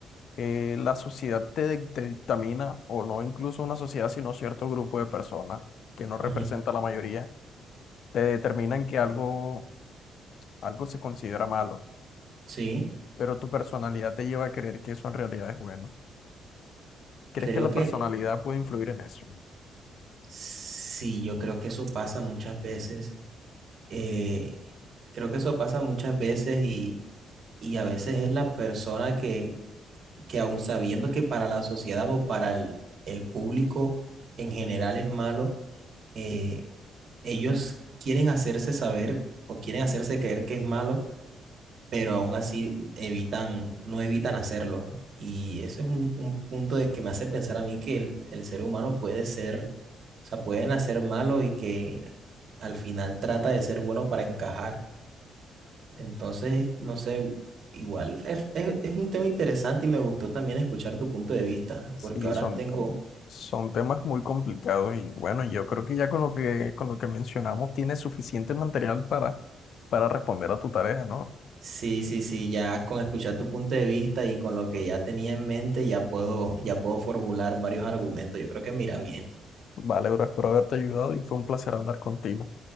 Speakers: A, on the left; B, on the right.
A: eh, la sociedad te, dic- te dictamina, o no incluso una sociedad, sino cierto grupo de personas que no representa
B: Ujú.
A: la mayoría, te determinan que algo, algo se considera malo,
B: Sí,
A: pero tu personalidad te lleva a creer que eso en realidad es bueno. ¿Crees
B: creo
A: que la
B: que
A: personalidad puede influir en eso?
B: sí, yo creo que eso pasa muchas veces. eh, creo que eso pasa muchas veces y, y a veces es la persona que, que aun sabiendo que para la sociedad o para el, el público en general es malo, eh, ellos quieren hacerse saber o quieren hacerse creer que es malo pero aún así evitan, no evitan hacerlo. Y eso es un, un punto de que me hace pensar a mí que el, el ser humano puede ser, o sea, puede nacer malo y que al final trata de ser bueno para encajar. Entonces, no sé, igual es, es, es un tema interesante y me gustó también escuchar tu punto de vista,
A: Sí,
B: porque ahora
A: son,
B: tengo,
A: son temas muy complicados y bueno, yo creo que ya con lo que, con lo que mencionamos tienes suficiente material para, para responder a tu tarea, ¿no?
B: sí, sí, sí, ya con escuchar tu punto de vista y con lo que ya tenía en mente, ya puedo, ya puedo formular varios argumentos. Yo creo que mira bien.
A: Vale, bro, espero haberte ayudado y fue un placer hablar contigo.